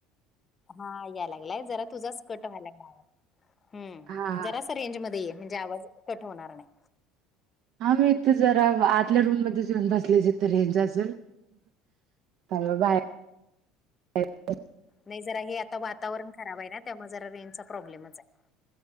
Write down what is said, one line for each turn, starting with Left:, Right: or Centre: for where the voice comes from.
Left: हा याय लागलाय जरा तुझाच कट व्हायला लागलय
Right: हा हा
Left: जरासा, रेंज मध्ये म्हणजे आवाज कट होणार नाही.
Right: हा मी इथ जरा आतल्या रूम मध्ये येऊन बसले ह असेल. आलो बाहेर,
Left: नाही जरा हे आता वातावरण खराब आहे ना त्यामुळे जरा रेंजचा प्रॉब्लेमच आहे.